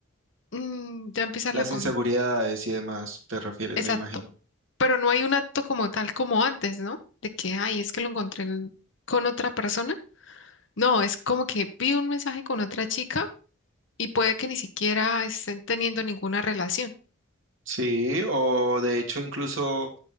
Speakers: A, on the left (about 60°); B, on the right (about 70°).
A: mm, ya empieza la
B: Las
A: con...
B: inseguridades y demás, te refieres,
A: Exacto.
B: me imagino.
A: Pero no hay un acto como tal como antes, ¿no? De que, ay, es que lo encontré en- con otra persona. No, es como que vi un mensaje con otra chica y puede que ni siquiera estén teniendo ninguna relación.
B: Sí. O de hecho incluso,